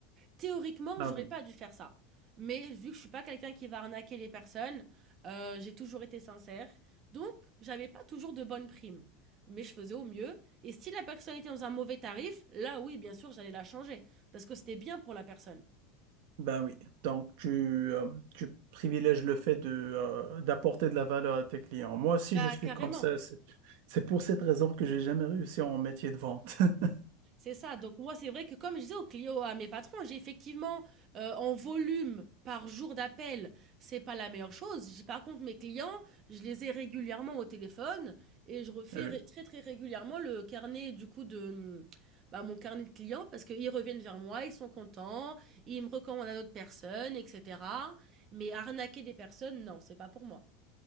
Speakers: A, on the right; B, on the right.
A: Théoriquement,
B: Ah
A: j'aurais
B: oui,
A: pas dû faire ça. Mais vu que je suis pas quelqu'un qui va arnaquer les personnes, euh, j'ai toujours été sincère. Donc, j'avais pas toujours de bonnes primes. Mais je faisais au mieux. Et si la personne était dans un mauvais tarif, là oui, bien sûr, j'allais la changer. Parce que c'était bien pour la personne.
B: ben oui. Donc tu, euh, tu privilèges le fait de, euh, d'apporter de la valeur à tes clients. Moi aussi,
A: Bah,
B: je suis
A: carrément.
B: comme ça. C'est c'est pour cette raison que j'ai jamais réussi en métier de vente. <laughs>
A: C'est ça. Donc moi, c'est vrai que comme je disais aux clients, à mes patrons, j'ai effectivement euh, en volume par jour d'appel, c'est pas la meilleure chose. J'ai- Par contre, mes clients, je les ai régulièrement au téléphone et je refais
B: Eh oui.
A: ré- très très régulièrement le carnet du coup de hum, bah, mon carnet de clients parce qu'ils reviennent vers moi, ils sont contents, ils me recommandent à d'autres personnes, etc. Mais arnaquer des personnes, non, c'est pas pour moi.